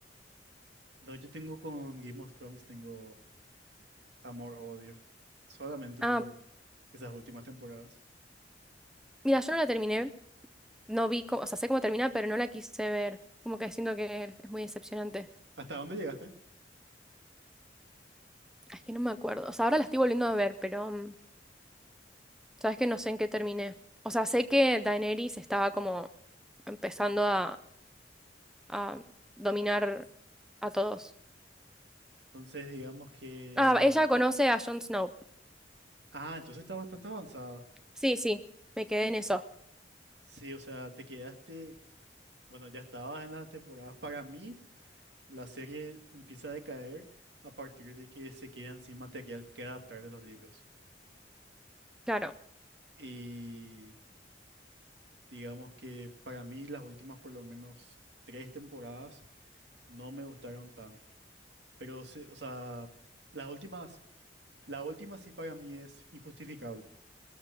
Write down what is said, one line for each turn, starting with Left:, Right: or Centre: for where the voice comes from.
Right: no, yo tengo con Game of Thrones, tengo amor-odio. Solamente
Centre: Ah,
Right: por esas últimas temporadas.
Centre: mira, yo no la terminé, no vi, cómo- o sea, sé cómo termina, pero no la quise ver. Como que siento que es muy decepcionante.
Right: ¿Hasta dónde llegaste?
Centre: Ah, Es que no me acuerdo. O sea, ahora la estoy volviendo a ver, pero mm, Sabes que no sé en qué terminé. O sea, sé que Daenerys estaba como empezando a, a dominar a todos.
Right: Entonces, digamos que.
Centre: Ah, ella conoce a Jon Snow.
Right: Ah, entonces está bastante avanzada.
Centre: Sí, sí, me quedé en eso.
Right: Sí, o sea, te quedaste, bueno, ya estabas en las temporadas. Para mí, la serie empieza a decaer a partir de que se quedan sin material que adaptar de los libros.
Centre: Claro.
Right: Y digamos que para mí las últimas por lo menos tres temporadas no me gustaron tanto. Pero, se- o sea, las últimas, la última sí para mí es injustificable.